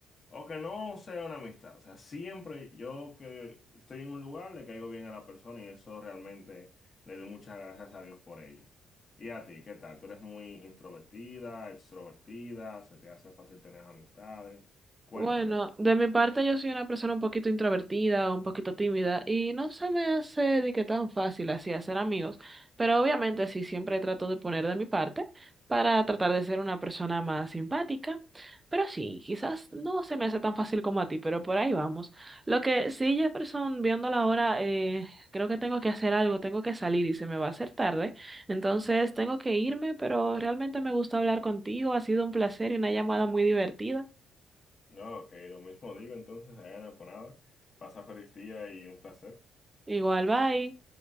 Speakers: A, on the left; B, on the right.
A: o que no sea una amistad. O sea, siempre yo que estoy en un lugar le caigo bien a la persona y eso realmente le doy muchas gracias a Dios por ello. ¿Y a ti, qué tal? ¿Tú eres muy introvertida, extrovertida? ¿Se te hace fácil tener amistades? Cuéntame.
B: Bueno, de mi parte yo soy una persona un poquito introvertida, un poquito tímida y no se me hace de que tan fácil así hacer amigos, pero obviamente sí siempre trato de poner de mi parte para tratar de ser una persona más simpática, pero sí, quizás no se me hace tan fácil como a ti, pero por ahí vamos. Lo que sí, Jefferson, viendo la hora, eh, creo que tengo que hacer algo, tengo que salir y se me va a hacer tarde, entonces tengo que irme, pero realmente me gusta hablar contigo, ha sido un placer y una llamada muy divertida.
A: No, ok, lo mismo digo entonces, Diana, por nada. Pasa feliz día y un placer.
B: Igual, bye.